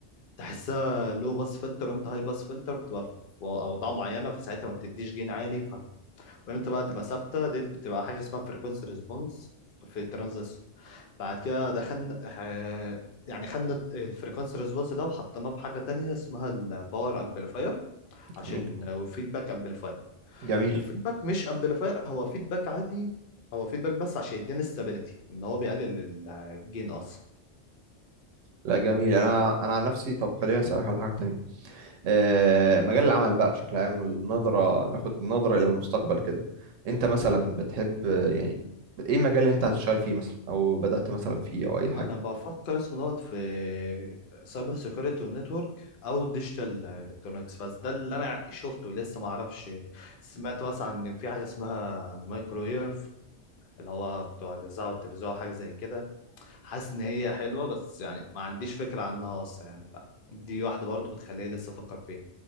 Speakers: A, on the left; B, on the right.
A: تحسها لو باس فلتر وامتى هاي باس فلتر بتبقى في اوضاع معينة فساعتها ما بتديش جين عالي ف... وامتى بقى تبقى ثابتة دي بتبقى حاجة اسمها فريكوانسي ريسبونس في الترانزستور بعد كده دخلنا ح- يعني خدنا الفريكوانسي ريسبونس ده وحطيناه في حاجة تانية اسمها الباور امبليفاير عشان
B: جميل
A: فيدباك امبليفاير
B: جميل.
A: الفيدباك مش امبليفاير هو فيدباك عادي هو فيدباك بس عشان يدينا استابيليتي ان هو بيقلل الجين اصلا
B: لا جميل أنا أنا عن نفسي طب خليني أسألك على حاجة تانية آه، مجال العمل بقى بشكل عام والنظرة ناخد نظرة إلى المستقبل كده أنت مثلا بتحب آه، يعني إيه المجال اللي أنت هتشتغل فيه مثلا أو بدأت مثلا فيه أو أي حاجة
A: انا بفكر اسمه دوت في سايبر سيكيورتي ونتورك او ديجيتال الكترونكس بس ده اللي انا شفته لسه ما اعرفش سمعت مثلا ان في حاجه اسمها مايكرويف اللي هو بتوع الاذاعه والتلفزيون أو حاجه زي كده حاسس ان هي حلوه بس يعني ما عنديش فكره عنها اصلا يعني فدي واحده برضو بتخليني لسه افكر فيها